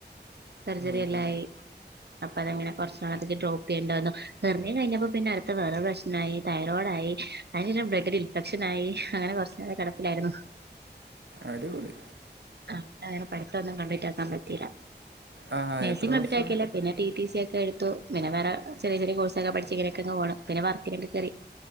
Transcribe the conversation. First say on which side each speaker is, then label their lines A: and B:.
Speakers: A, on the right; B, on the right.
A: സർജറി
B: ഓഹോ
A: എല്ലായി അപ്പൊ അതങ്ങനെ കൊർച്ച് നാളത്തേക്ക് ഡ്രോപ്പയ്യേണ്ടിവന്നു ഹെർണിയ കഴിഞ്ഞപ്പോ പിന്നെ അട്ത്തെ വേറെ പ്രശ്‌നായി തൈറോയിഡായി <unintelligible> ബ്ലഡ്‌ ഇൻഫെക്ഷനായി അങ്ങനെ കുറച്ച് നാൾ കെടപ്പിലായിരുന്നു
B: അടിപൊളി
A: അപ്പങ്ങനെ പഠി ത്തൊന്നും കമ്പ്ലീറ്റാക്കാൻ പറ്റില്ല
B: ആ
A: നഴ്സിങ്
B: എത്ര
A: കംപ്ലീറ്റാക്കില
B: വർഷം
A: പിന്നെ ടി ടി സി ക്കെട് ത്തു പിന്നെ വേറെ ചെറിയ ചെറിയ കോഴ്സൊക്കെ പഠിച്ച് ഇങ്ങനെക്കെങ്ങ് പോണു പിന്നെ വർക്ക് നോക്കെ കേറി